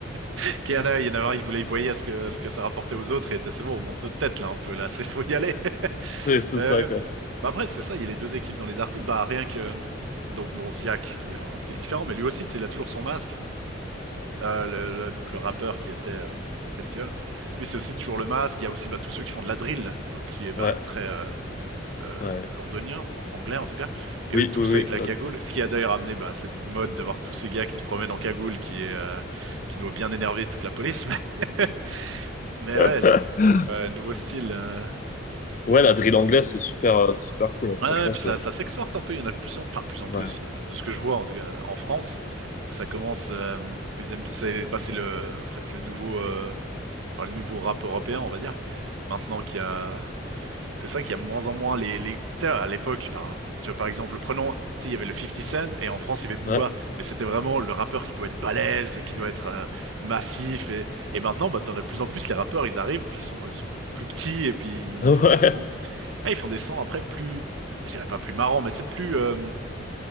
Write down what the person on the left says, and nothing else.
C'est c'est
ça,
quoi.
Ouais,
ouais.
Oui,
oui,
oui.
La...
<laughs>
Ouais, la drill anglaise, c'est super, euh, super cool, hein.
Franchement,
c'est,
ouais,
ouais,
<laughs>
ouais,